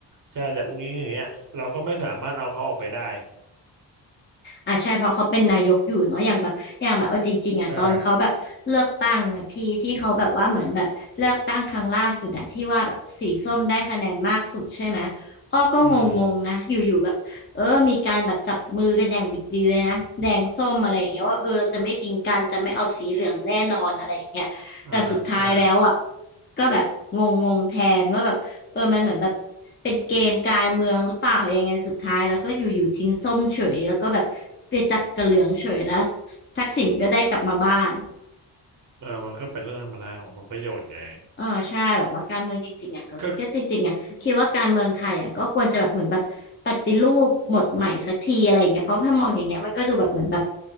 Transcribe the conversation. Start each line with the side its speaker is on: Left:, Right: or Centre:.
Right: ใช่แต่อุงอิงอย่างเงี้ยเราก็ไม่สามารถเอาเขาออกไปได้
Left: อ่ะใช่เพราะเขาเป็นนายกอยู่เนาะอย่างแบบอย่างแบบเอาจริงๆอ่ะตอนเขาแบบเลือกตั้งอ่ะพี่ที่เขาแบบว่าเหมือนแบบเลือกตั้งครั้งล่าสุดอะที่ว่าแบบสีส้มได้คะแนนมากสุดใช่ไหม
Right: ใช่
Left: อ้อก็งงๆนะอยู่ๆแบบเออมีการแบบจับมือกันอย่างดิบดีเลยนะแดงส้มอะไรอย่างเงี้ยว่าเออเราจะไม่ทิ้งกันจะไม่เอาสีเหลืองแน่นอนอะไรอย่างเงี้ยแต่สุดท้ายแล้วอ่ะ
Right: อืมอ่าใช่
Left: ก็แบบงงๆแทนว่าแบบ เออมันเหมือนแบบเป็นเกมการเมืองหรือเปล่ายังไงสุดท้ายแล้วก็อยู่ๆทิ้งส้มเฉยแล้วก็แบบไปจับกระเหลืองเฉยแล้วทักษิณก็ได้กลับมาบ้าน
Right: เออมันก็เป็นเรื่องธรรมดาของผลประโยชน์ไง
Left: เออใช่แบบว่าการเมืองจริงๆอ่ะก็ก็จริงๆอ่ะคิดว่าการเมืองไทยอ่ะก็ควรจะแบบเหมือนแบบปฏิรูปหมดใหม่สักทีอะไรอย่างเงี้ยเพราะถ้ามองอย่างเงี้ยมันก็ดูแบบเหมือนแบบ
Right: ก็